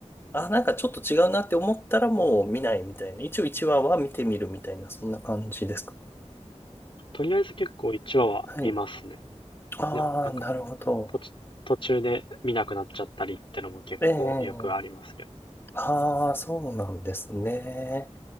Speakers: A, on the left; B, on the left.
A: あ、なんかちょっと違うなって思ったらもう見ないみたいな。一応1話は見てみるみたいな、そんな感じですか
B: とりあえず結構1話は見ますね。
A: はい。ああ、
B: でもなんか
A: なるほど。
B: 途中途中で見なくなっちゃったりってのも結構よくありますけど。
A: ええ。ああ、そうなんですね。